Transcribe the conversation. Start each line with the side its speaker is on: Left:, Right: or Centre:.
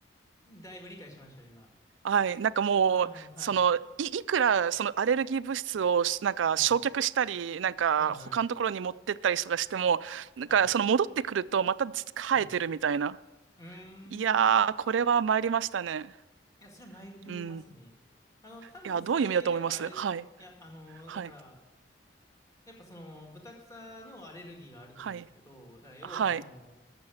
Left: だいぶ理解しましたよ、今。
Right: はい、なんかもう、
Left: あの、はい。
Right: その、い、いくらそのアレルギー物質をしなんか焼却したり、
Left: はい。
Right: なんか他のところに持ってったりとかしても、
Left: はいはい。
Right: なんかその戻ってくるとまたず生えてるみたいな。
Left: はい。うん。うーん。
Right: いやー、
Left: い
Right: これは参りましたね。
Left: や、それはマイルいますね。
Right: うん。い
Left: あの、多分それ、
Right: や、どういう意味だと思いますはい、
Left: やっぱあれです。いや、あの、
Right: はい、
Left: だから、やっぱその、ブタクサのアレルギーがあると思うんですけど、
Right: はい、
Left: だから要はその、
Right: はい、